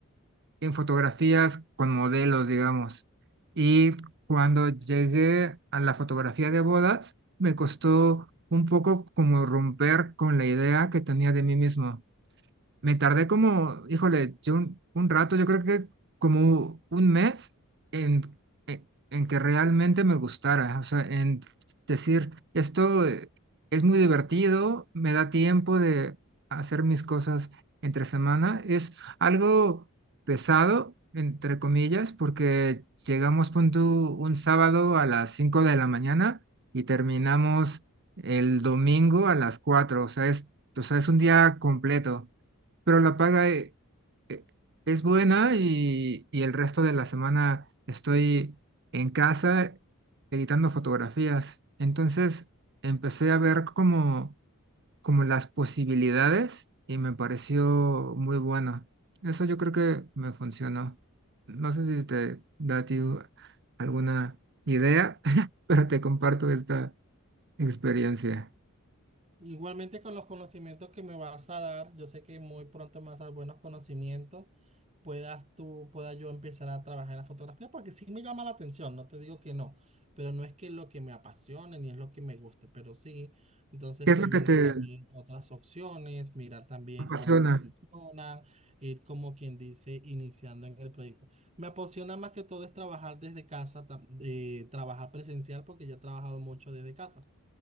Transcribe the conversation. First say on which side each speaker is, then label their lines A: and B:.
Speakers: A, on the right (about 50°); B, on the right (about 30°).
A: en fotografías con modelos, digamos. Y cuando llegué a la fotografía de bodas, me costó un poco como romper con la idea que tenía de mí mismo. Me tardé como, híjole, yo un, un rato, yo creo que como un mes en, en, en que realmente me gustara, o sea, en decir, esto eh, es muy divertido, me da tiempo de hacer mis cosas entre semana, es algo pesado, entre comillas, porque llegamos, pon tú, un sábado a las 5 de la mañana y terminamos el domingo a las 4, o sea, es, o sea, es un día completo pero la paga eh, eh, es buena y, y el resto de la semana estoy en casa editando fotografías. Entonces empecé a ver como, como las posibilidades y me pareció muy bueno. Eso yo creo que me funcionó. No sé si te da a ti u- alguna idea, <laughs> pero te comparto esta experiencia.
B: Igualmente con los conocimientos que me vas a dar, yo sé que muy pronto me vas a dar buenos conocimientos, puedas tú, pueda yo empezar a trabajar en la fotografía, porque sí me llama la atención, no te digo que no, pero no es que es lo que me apasione ni es lo que me guste, pero sí, entonces
A: ¿Qué
B: estoy
A: es lo que
B: viendo
A: te
B: también otras opciones, mirar también
A: apasiona?
B: cómo funcionan, ir como quien dice, iniciando en el proyecto. Me apasiona más que todo es trabajar desde casa, tam- eh, trabajar presencial, porque yo he trabajado mucho desde casa.